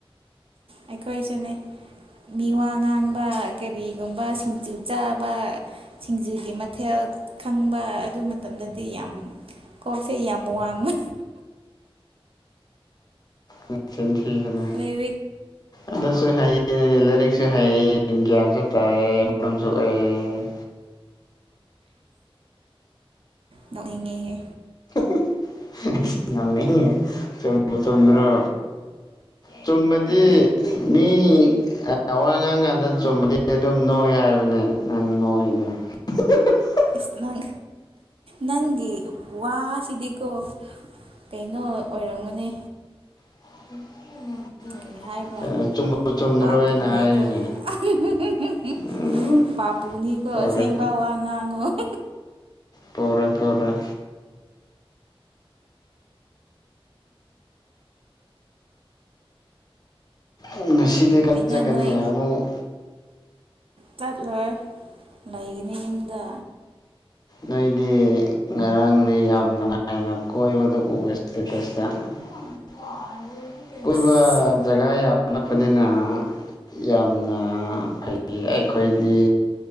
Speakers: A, on the right; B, on the left.
A: ꯑꯩꯈꯣꯏꯁꯨꯅꯦ ꯃꯤ ꯋꯥ ꯉꯥꯡꯕ ꯀꯔꯤꯒꯨꯝꯕ ꯁꯤꯡꯖꯨ ꯆꯥꯕ ꯁꯤꯡꯖꯨꯒꯤ ꯃꯊꯦꯜ ꯈꯪꯟꯕ ꯑꯗꯨ ꯃꯇꯝꯗꯗꯤ ꯌꯥꯝ ꯀꯣꯛꯁꯦ ꯌꯥꯝ ꯋꯥꯡꯕ
B: ꯅꯆꯤꯟ ꯊꯤꯒꯅꯨ
A: ꯂꯥꯏꯔꯤꯛꯇꯗꯤ
B: ꯑꯗꯨꯁꯨ ꯍꯥꯏꯌꯦ ꯍꯥꯏꯌꯦ ꯂꯩꯔꯤꯛ ꯁꯨ ꯍꯩꯌꯦ ꯒ꯭ꯌꯥꯟꯁꯨ ꯇꯥꯏꯌꯦ ꯃꯔꯝꯁꯨ ꯑꯣꯛꯑꯦ
A: ꯅꯣꯛꯅꯤꯡꯉꯦꯍꯦ
B: <unintelligible> ꯉꯝꯃꯦꯍꯦ ꯆꯨꯝꯕꯨ ꯆꯨꯝꯗ꯭ꯔꯣ ꯆꯨꯝꯃꯗꯤ ꯃꯤ ꯑꯦ ꯋꯥ ꯉꯥꯡ ꯀꯥꯟꯗ ꯆꯨꯝꯃꯗꯤ ꯑꯗꯨꯝ ꯅꯣꯏ ꯍꯥꯏꯕꯅꯦ ꯅꯪ ꯅꯣꯏꯗꯣ <unintelligible>
A: ꯑꯁ ꯅꯪ ꯅꯪꯒꯤ ꯋꯥꯁꯤꯗꯤꯀꯣ ꯀꯩꯅꯣ ꯑꯣꯏꯔꯝꯒꯅꯤ
B: <unintelligible>
A: ꯔꯤ ꯍꯥꯏꯕ꯭ꯔꯥ
B: ꯆꯨꯝꯕꯨ ꯆꯨꯝꯗ꯭ꯔꯣ
A: ꯄꯥꯞꯄꯨꯅꯤꯀꯣ
B: ꯑꯩꯅ ꯍꯥꯏꯔꯤꯁꯦ
A: <unintelligible>
B: ꯎꯝ
A: ꯄꯥꯞ ꯄꯨꯅꯤꯀꯣ
B: ꯄꯨꯔꯦ
A: ꯑꯁꯦꯡꯕ ꯋꯥ ꯉꯥꯡꯉꯣ <unintelligible>
B: ꯄꯨꯔꯣꯏ ꯄꯨꯔꯣꯏ ꯎꯝ ꯉꯁꯤꯗꯤ ꯀ
A: ꯀꯩꯅꯣ
B: ꯆꯠꯀꯅꯤ
A: ꯅꯣꯏ
B: ꯑꯃꯨꯛ
A: ꯆꯠꯂꯣꯏ ꯂꯩꯒꯅꯤ ꯌꯨꯝꯗ
B: ꯅꯣꯏꯗꯤ ꯉꯔꯥꯡꯗꯤ ꯌꯥꯝ ꯅꯨꯡꯉꯥꯏꯅ ꯀꯣꯏꯕꯗꯣ ꯎꯔꯦ ꯁ꯭ꯇꯦꯇꯁꯇ <inaudible> ꯀꯣꯏꯕ
A: ꯏꯁ
B: ꯖꯒꯥ ꯌꯥꯝ ꯅꯛꯄꯅꯤꯅ ꯌꯥꯝꯅ ꯑꯥ ꯐꯩ ꯑꯩꯈꯣꯏꯗꯤ